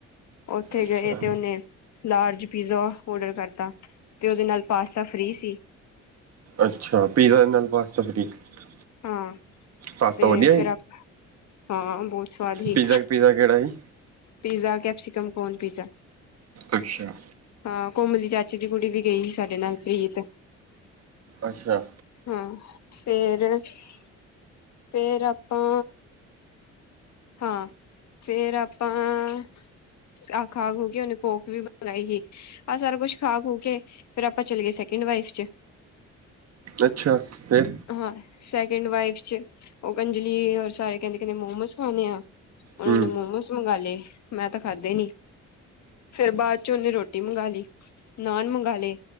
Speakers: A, on the left; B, on the right.
A: ਉੱਥੇ
B: ਅੱਛਾ
A: ਗਏ ਤੇ ਉਹਨੇ ਲਾਰਜ ਪੀਜ਼ਾ ਔਡਰ ਕਰਤਾ ਤੇ ਉਹਦੇ ਨਾਲ ਪਾਸਤਾ ਫਰੀ ਸੀ।
B: ਅੱਛਾ ਪੀਜ਼ਾ ਦੇ ਨਾਲ ਪਾਸਤਾ ਫਰੀ ਸੀ।
A: ਹਾਂ।
B: ਪਾਸਤਾ
A: ਤੇ
B: ਵਧੀਆ
A: ਫਿਰ <inaudible> ਹਾਂ ਬਹੁਤ ਸਵਾਦ ਸੀ।
B: ਪੀਜ਼ਾ ਪੀਜ਼ਾ ਕਿਹੜਾ ਸੀ
A: ਪੀਜ਼ਾ ਕੈਪਸੀਕਮ ਕੌਨ ਪੀਜ਼ਾ।
B: ਅੱਛਾ।
A: ਹਾਂ ਕੋਮਲ ਦੀ ਚਾਚੀ ਦੀ ਕੁੜੀ ਵੀ ਗਈ ਸੀ ਸਾਡੇ ਨਾਲ ਪ੍ਰੀਤ
B: ਅੱਛਾ।
A: ਹਾਂ ਫੇਰ <inaudible> ਫੇਰ ਆਪਾਂ ਹਾਂ ਫੇਰ ਆਪਾਂ ਆ ਖਾ- ਖੂ ਕੇ ਉਹਨੇ ਕੋਕ ਵੀ ਮੰਗਾਈ ਸੀ। ਆਹ ਸਾਰਾ ਕੁਛ ਖਾ- ਖੂ ਕੇ ਫੇਰ ਆਪਾਂ ਚਲੇ ਗਏ ਸੈਕਿੰਡ ਵਾਈਫ 'ਚ
B: ਅੱਛਾ ਫੇ
A: ਹਾਂ ਸੈਕਿੰਡ ਵਾਈਫ'ਚ ਉਹ ਕੰਜਲੀ ਔਰ ਸਾਰੇ ਕਹਿੰਦੇ-ਕਹਿੰਦੇ ਮੋਮੋਸ ਖਾਣੇ ਆ। ਉਹਨਾਂ
B: ਹੂੰ
A: ਨੇ ਮੋਮੋਸ ਮੰਗਵਾ ਲਏ ਮੈਂ ਤਾਂ ਖਾਧੇ ਨੀਂ। ਫੇਰ ਬਾਅਦ'ਚ ਉਹਨੇਂ ਰੋਟੀ ਮੰਗਵਾ ਲਈ। ਨਾਨ ਮੰਗਵਾ ਲਏ